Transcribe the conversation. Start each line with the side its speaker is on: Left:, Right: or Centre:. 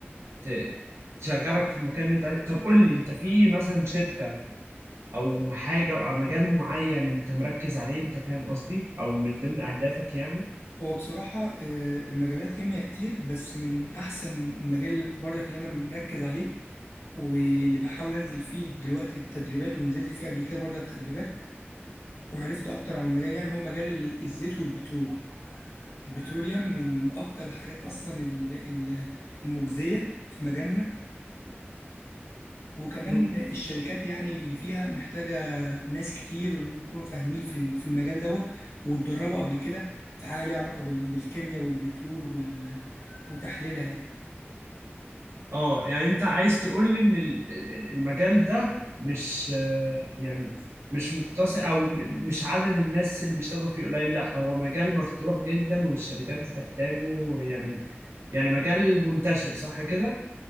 Right: ت- تشغلك في المكان اللي انت عايز طب قول لي انت في مثلا شركة او حاجة او مجال معين انت مركز عليه انت فاهم قصدي او من ضمن اهدافك يعني
Left: هو بصراحة آه، المجالات كيمياء كتير بس من أحسن المجال برضك اللي أنا مركز عليه واللي بحاول أنزل فيه دلوقتي التدريبات ونزلت فيه قبل كده برضك تدريبات وعرفت أكتر عن المجال يعني هو مجال ال- الزيت والبترول البتروليوم من أكتر الحاجات أصلا ال- ال- المجزية في مجالنا وكمان
Right: مم.
Left: الشركات يعني اللي فيها محتاجة ناس كتير يكونوا فاهمين في ال- في المجال دوت واتدربوا قبل كده في حاجه ليها علاقه بال- بالكيمياء والبترول وال- وتحليلها يعني
Right: اه يعني انت عايز تقول لي ان ال- ال- ال- المجال ده مش آه، يعني مش مقتصر او م- مش عدد الناس اللي بيشتغل فيه قليل لا هو مجال مفتوح جدا والشركات بتحتاجه يعني يعني مجال منتشر صح كده؟